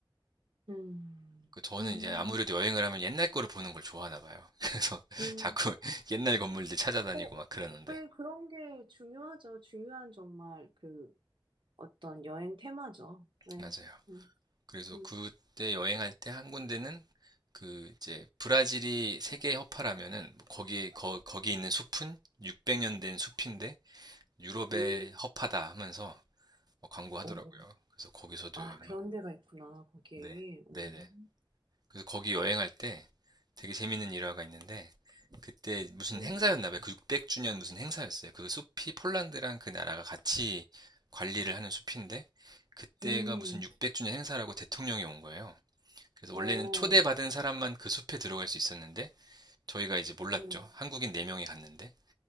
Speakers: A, on the right; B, on the right.
A: 음,
B: 그 저는
A: 음,
B: 이제 아무래도 여행을 하면 옛날 거를 보는 걸 좋아하나 봐요. <laughs> 그래서
A: 음.
B: 자꾸 <laughs> 옛날 건물들 찾아다니고
A: 어,
B: 막 그러는데.
A: 왜 그런 게 중요하죠? 중요한 정말 그 어떤 여행 테마죠. 네.
B: 맞아요.
A: 음,
B: 그래서
A: 음.
B: 그때 여행할 때 한 군데는 그 이제 브라질이 세계 허파라면은 뭐 거기에 거, 거기 있는 숲은 600년 된 숲인데 유럽의
A: 음.
B: 허파다 하면서 뭐 광고하더라고요.
A: 오,
B: 그래서 거기서도
A: 아,
B: 여행하고.
A: 그런 데가 있구나, 거기.
B: 네.
A: 음,
B: 네네. 그래서 거기 여행할 때 되게 재밌는 일화가 있는데 그때 무슨
A: 음,
B: 행사였나 봐요. 그 600주년 무슨 행사였어요. 그 숲이 폴란드랑 그 나라가 같이 관리를 하는 숲인데 그때가
A: 음.
B: 무슨 600주년 행사라고 대통령이 온 거예요. 그래서
A: 어,
B: 원래는 초대받은 사람만 그 숲에 들어갈 수 있었는데 저희가 이제 몰랐죠.
A: 음,
B: 한국인 4명이 갔는데